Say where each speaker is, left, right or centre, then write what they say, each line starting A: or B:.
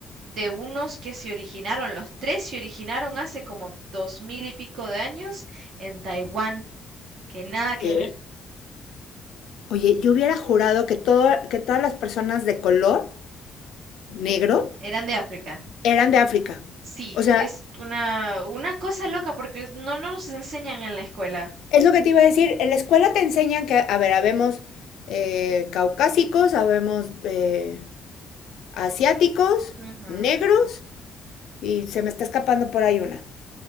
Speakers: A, on the right; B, on the left.
A: de unos que se originaron, los tres se originaron hace como dos mil y pico de años en Taiwán, que nada que
B: ¿Qué?
A: ver,
B: Oye, yo hubiera jurado que todo, que todas las personas de color negro
A: eran de África.
B: eran de África.
A: Sí,
B: O sea,
A: es una, una cosa loca porque no, no nos enseñan en la escuela.
B: Es lo que te iba a decir, en la escuela te enseñan que, a ver, habemos eh, caucásicos, habemos eh, asiáticos,
A: Ujú.
B: negros, y se me está escapando por ahí una,